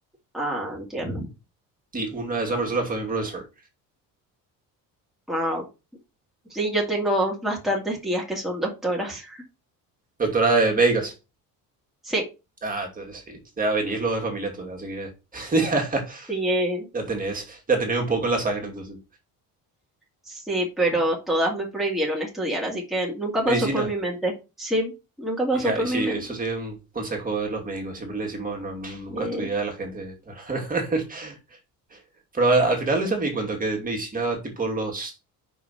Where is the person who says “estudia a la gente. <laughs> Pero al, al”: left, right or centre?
Right